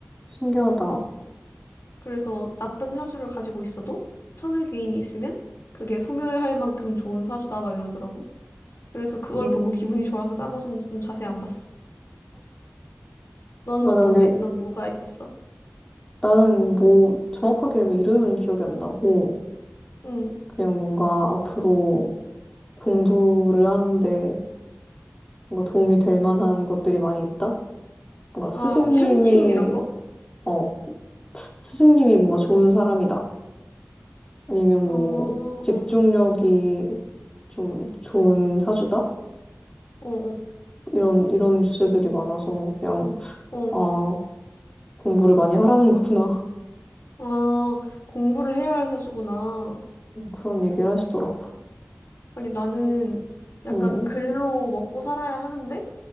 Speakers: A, on the left (about 20°); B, on the left (about 65°).
A: 신기하다.
B: 그래서 나쁜 사주를 가지고 있어도 천을귀인이 있으면 그게 소멸할 만큼 좋은 사주다. 막 이러더라고. 그래서 그걸
A: 음,
B: 보고 기분이 좋아서 나머지는 좀 자세히 안 봤어. 너는
A: 맞아.
B: 어떤데?
A: 근데
B: 넌 뭐가 있었어?
A: 나는 뭐, 정확하게 이름은 기억이 안 나고,
B: 응.
A: 그냥 뭔가 앞으로 공부를 하는데, 뭔가 도움이 될 만한 것들이 많이 있다? 뭔가
B: 아,
A: 스승님이,
B: 막 현침 이런 거?
A: 어, 스승님이 뭔가 좋은 사람이다. 아니면
B: 어,
A: 뭐, 집중력이
B: 어,
A: 좀 좋은 사주다?
B: 어, 어.
A: 이런, 이런 주제들이 많아서 그냥,
B: 어,
A: 아, 공부를 많이 하라는 거구나.
B: 아, 공부를 해야 할 사주구나.
A: <laughs> 그런 얘기를 하시더라고.
B: 아니, 나는 약간
A: 음,
B: 글로 먹고 살아야 하는데,